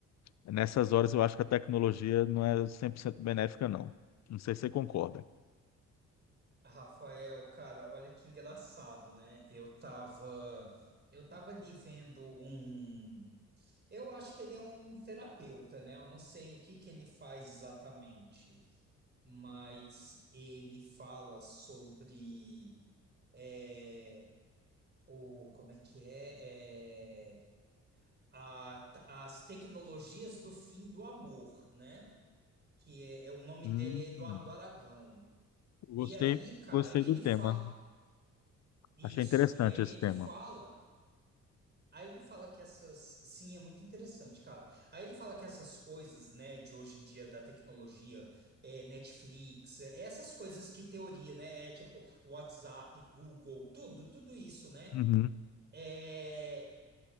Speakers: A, on the left; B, on the right.
A: Nessas horas eu acho que a tecnologia não é 100% benéfica, não. Não sei se você concorda.
B: Rafael, cara, olha que engraçado, né? Eu tava, eu tava ali vendo um. Eu acho que ele é um terapeuta, né? Eu não sei o que que ele faz exatamente, mas ele fala sobre é, o, como é que é, É, a- as tecnologias do fim do amor, né? Que é, é o nome
A: Hum,
B: dele é Eduardo Aragão.
A: gostei,
B: E aí, cara,
A: gostei
B: e
A: do
B: ele
A: tema.
B: fala isso,
A: Achei interessante
B: e aí
A: esse
B: ele
A: tema.
B: fala, aí ele fala que essas, sim, é muito interessante, cara. Aí ele fala que essas coisas, né, de hoje em dia da tecnologia, é, Netflix, é, essas coisas que teoria, né, é tipo WhatsApp, Google, tudo, tudo isso, né?
A: Uhum.
B: é,